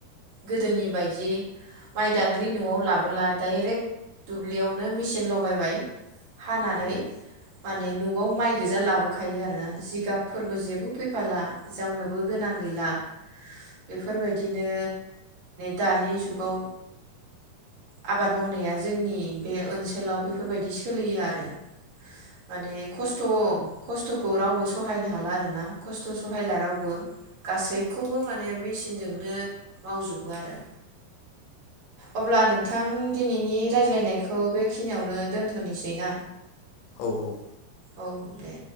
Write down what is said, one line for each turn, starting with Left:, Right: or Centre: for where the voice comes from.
Right: गोदोनि बायदि माइदांग्रि न'आव लाबोला डाइरेक्ट दुब्लियावनो मेचिन लगायबाय हानानै
Left: औ
Right: माने न'आव माइ गोजा लाबो खायो आरोना जिगाब फोरबो जेबो फैफाला जावनोबो गोनां गैला बेफोरबायदिनो दानि जुगाव आबाद मावनाया जोंनि बे ओनसोलाव बेफोरबायदि सोलियो आरो माने खस्थ' खस्थ'खौ रावबो सहायनो हाला आरो ना खस्थ' सहायला रावबो गासैखौबो माने मेसिन नजोंनो मावजोबो आरो अब्ला नों थां दिनैनि रायज्लायनायखौ बेखिनियावनो दोन्थ'नोसै ना
Left: औ औ
Right: औ दे